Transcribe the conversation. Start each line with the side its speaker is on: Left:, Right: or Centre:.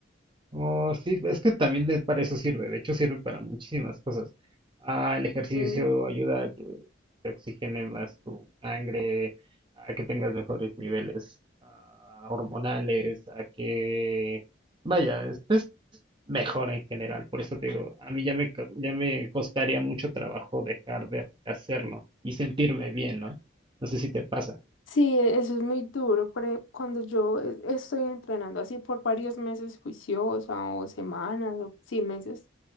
Right: Oh, sí, es que también es- para eso sirve, de hecho sirve para muchísimas cosas. Ah, el ejercicio
Left: Ujú.
Right: ayuda a que te oxigene más tu sangre, a que tengas mejores niveles ah, hormonales, a que, vaya, estés mejor en general. Por eso te digo, a mí ya me, co- ya me costaría mucho trabajo dejar de hacerlo y sentirme bien, ¿no? No sé si te pasa.
Left: Sí, e, eso es muy duro, pero cuando yo eh, estoy entrenando así por varios meses juiciosa o semanas o sí meses